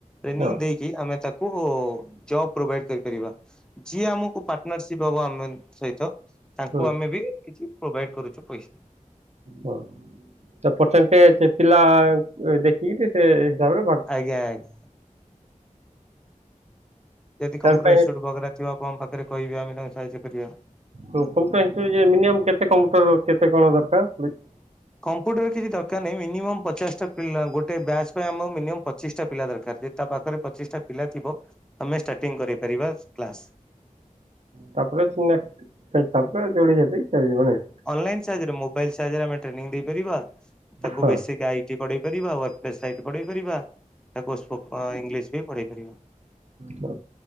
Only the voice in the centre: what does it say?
ଟ୍ରେନିଂ
ଦେଇକି ଆମେ ତାକୁ ଜବ ପ୍ରୋଭାଇଡ କରିପାରିବା। ଯିଏ ଆମକୁ ପାର୍ଟନରସିପ୍ ହବ ଆମେନ୍ ସହିତ ତାଙ୍କୁ
ଆମେ ବି କିଛି ପ୍ରୋଭାଇଡ କରୁଛୁ ପଇସା।
ଆଜ୍ଞା ଆଜ୍ଞା ଯଦି କମ୍ପୁଟର
ଇନଷ୍ଟିଚ୍ୟୁଟ ବଗେରା ଥିବ ଆପଣଙ୍କ ପାଖରେ କହିବେ ଆମେ ତାଙ୍କୁ ସାହାଯ୍ୟ କରିବା।
କମ୍ପ୍ୟୁଟର କିଛି ଦରକାର ନାହିଁ ମିନିମମ୍ ପଚାଶଟା ପିଲା ଗୋଟେ ବ୍ୟାଚ୍ ପାଇଁ ଆମକୁ ମିନିମମ୍ ପଚିଶଟା ପିଲା ଦରକାର ଯେ ତା ପାଖରେ ପଚିଶଟା ପିଲା ଥିବ ଆମେ ଷ୍ଟାର୍ଟିଂ କରେଇ ପାରିବା କ୍ଲାସ୍।
ଅନଲାଇନ୍ ସାହାଯ୍ୟରେ ମୋବାଇଲ୍ ସାହାଯ୍ୟରେ ଆମେ ଟ୍ରେନିଂ ଦେଇ‌ ପାରିବା ତାକୁ
ବେସିକ୍ ଆଇଟି ପଢେଇ ପାରିବା <unintelligible> ପଢେଇ ପାରିବା ତାକୁ ସ୍ପୋକ ଇଂଲିଶ ବି ପଢେଇ ପାରିବା।